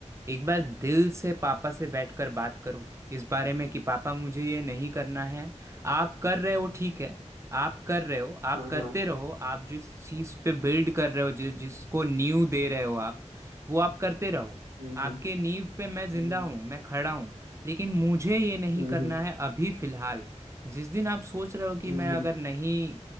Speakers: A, on the right; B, on the right.
A: एक बार दिल से पापा से बैठकर बात करो इस बारे में कि पापा मुझे ये नहीं करना है आप कर रहे हो ठीक है आप कर रहे हो आप
B: हाँ
A: करते
B: हाँ
A: रहो आप जिस चीज़ पे बिल्ड कर रहे हो जि, जिसको नींव दे रहे हो आप वो आप करते रहो
B: हम्म
A: आपके नींव पे मैं जिंदा
B: हम्म
A: हूँ मैं खड़ा हूँ लेकिन मुझे ये नहीं
B: हम्म
A: करना है अभी फिलहाल जिस दिन आप सोच रहे हो कि
B: हम्म
A: मैं अगर नहीं